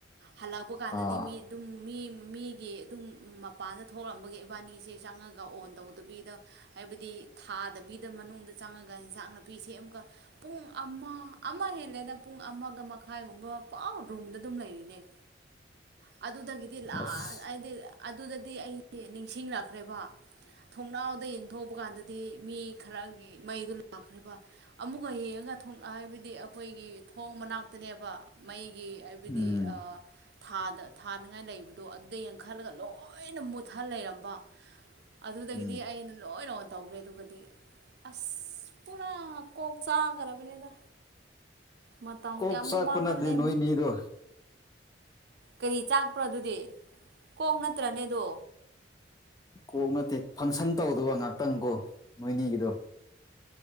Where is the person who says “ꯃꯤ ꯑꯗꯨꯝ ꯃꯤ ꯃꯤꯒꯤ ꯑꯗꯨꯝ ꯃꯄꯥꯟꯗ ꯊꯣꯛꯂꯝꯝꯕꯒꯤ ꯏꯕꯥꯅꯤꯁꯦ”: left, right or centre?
Right